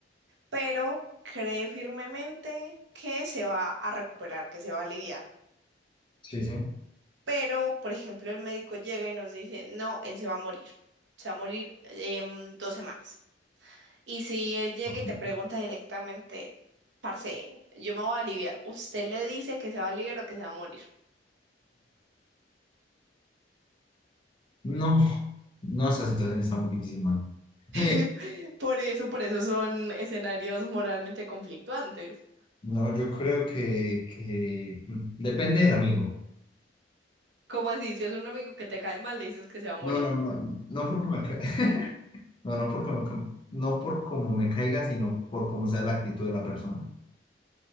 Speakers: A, on the right; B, on the left.
A: pero cree firmemente que se va a recuperar, que se va a aliviar.
B: sí, sí.
A: Pero, por ejemplo, el médico llega y nos dice, no, él se va a morir, se va a morir en dos semanas. Y si él llega
B: Ajá.
A: y te pregunta directamente, parce, yo me voy a aliviar, ¿usted le dice que se va a aliviar o que se va a morir?
B: No, no, esa situación está muy difícil, mano. <laughs>
A: <laughs> Por eso, por eso son escenarios moralmente conflictuantes.
B: no, yo creo que, que depende del amigo.
A: ¿Cómo así? Si es un amigo que te cae mal, le dices que se va a morir.
B: No, no, no, no no porque me ca- <laughs> no, no porque me ca- no por cómo me caiga, sino por cómo sea la actitud de la persona.